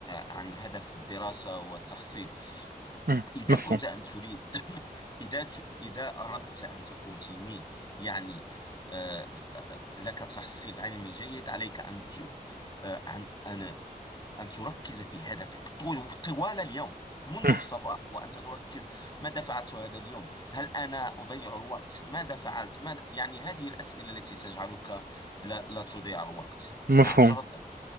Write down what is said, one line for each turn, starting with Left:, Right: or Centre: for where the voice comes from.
Left: عن هدف الدراسة والتحصيل
Right: مهم.
Left: إذا
Right: مفهوم
Left: كنت أن تريد <coughs> إذا ت... إذا أردت أن تكون تلميذ يعني آه، آه، لك تحصيل علمي جيد عليك أن ت... آه، أن أن أن تركز في هدفك طو- طوال اليوم منذ
Right: مهم.
Left: الصباح وأنت تركز ماذا فعلت هذا اليوم؟ هل أنا أضيع الوقت؟ ماذا فعلت؟ ماذا... يعني هذه الأسئلة التي تجعلك لا, لا تضيع الوقت
Right: مفهوم
Left: نعم تفضل